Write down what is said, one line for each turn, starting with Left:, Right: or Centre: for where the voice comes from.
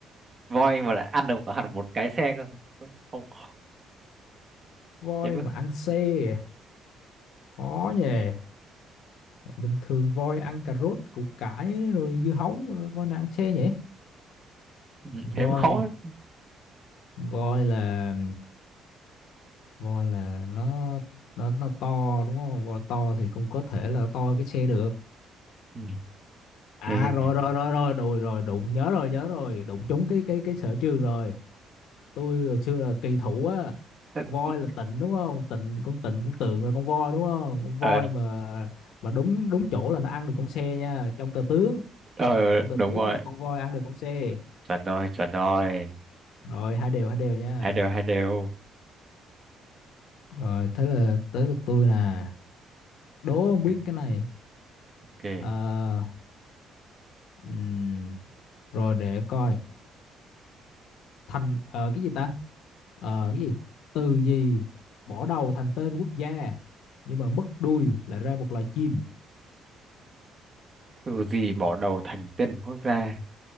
Right: voi mà lại ăn được hẳn một cái xe cơ không khó.
Left: voi
Right: thế mới
Left: mà ăn xe à? khó nhỉ Mày bình thường voi ăn cà rốt củ cải rồi dưa hấu ờ, voi nào ăn xe nhỉ
Right: ừ,
Left: voi
Right: thế mới khó đấy.
Left: voi là voi là nó nó nó to đúng không voi to thì cũng có thể là to hơn cái xe được
Right: Ừ,
Left: à
Right: thế
Left: rồi rồi rồi rồi rồi rồi đụng nhớ rồi nhớ rồi đụng trúng cái cái cái sở trường rồi tôi hồi xưa là kỳ thủ á
Right: tức-
Left: voi là tịnh đúng không tịnh con tịnh con tượng là con voi đúng không con voi
Right: ờ
Left: mà mà đúng đúng chỗ là nó ăn được con xe nha trong cờ tướng
Right: ờ,
Left: trong cờ
Right: đúng
Left: tướng
Right: rồi
Left: là con voi ăn được con xe
Right: chuẩn rồi chuẩn rồi
Left: rồi hai đều hai đều nha
Right: hai đều hai đều
Left: rồi thế là tới lượt tôi nè đố
Right: ok
Left: không biết cái này
Right: ok
Left: Ờ, ừm, rồi để coi thành ờ, cái gì ta Ờ, cái gì từ gì bỏ đầu thành tên quốc gia nhưng mà mất đuôi lại ra một loài chim
Right: từ gì bỏ đầu thành tên quốc gia